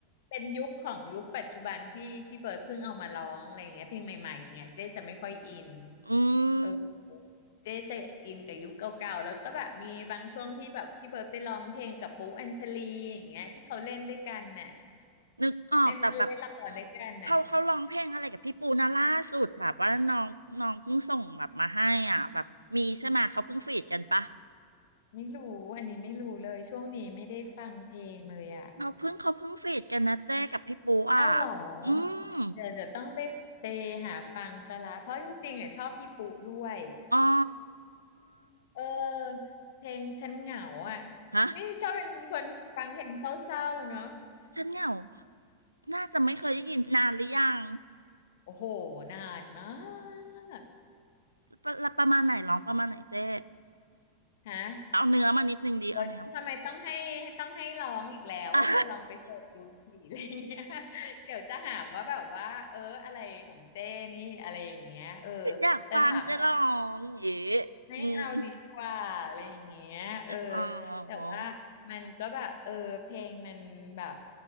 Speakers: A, on the left (about 55°); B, on the right (about 80°).
A: เป็นยุคของยุคปัจจุบันที่พี่เบิร์ดเพิ่งเอามาร้องอะไรอย่างเงี้ยเพลงใหม่ๆอย่างเงี้ยเจ๊จะไม่ค่อยอิน
B: อื
A: เออ
B: ม
A: เจ๊จะอินกับยุคเก่าๆแล้วก็แบบมีบางช่วงที่แบบพี่เบิร์ดไปร้องเพลงกับปุ๊อัญชลีอย่างเงี้ยที่เขาเล่นด้วยกันน่ะ
B: นึกออกแต่แบบ
A: เล่นเล่นละครด้วยกันน่ะ
B: เขาเขาร้องเพลงอะไรกับพี่ปูนะล่าสุดแบบว่าน้องน้องเพิ่งส่งแบบมาให้อ่ะแบบมีใช่ไหมเขาเพิ่งฟีดกันปะ
A: ไม่รู้อันนี้ไม่รู้เลยช่วงนี้ไม่ได้ฟังเพลงเลยอ่ะ
B: เขาเพิ่งเขาเพิ่งฟีดกันนะเจ้กับพี่ปูอ่ะ
A: เอาเหรอ
B: อืม
A: เดี๋ยวเดี๋ยวต้องไปไปหาฟังซะละเพราะจริงๆอ่ะชอบพี่ปุ๊ด้วย
B: อ๋อ
A: เออเพลงฉันเหงาอ่ะ
B: ฮะ
A: นี่ชอบเป็นคนฟังเพลงเศร้าๆเนาะ
B: ฉันเหงาน่าจะไม่เคยได้ยินนานหรือยัง
A: โอ้โหนานมาก
B: ประประมาณไหนร้องประมาณไหนเจ้
A: ฮะ
B: เอาเนื้อมานิดนึงดีเอาเนื้อ
A: โอ๊ยทำไมต้องให้ต้องให้ร้องอีกแล้วว่าเธอลองไปเสิร์ชดูสิอะไรเงี้ย
B: อ่ะ
A: <laughs> เดี๋ยวจะหาว่าแบบว่าเอออะไรของเจ้นี่อะไรอย่างเงี้ยเออ
B: อยากฟังจะร้องอย่างงี้
A: แต่ถาม ไม่เอาดีกว่าอะไรอย่างเงี้ยเออ
B: อืมอ๋อ
A: แต่ว่ามันก็แบบเออเพลงมันแบบ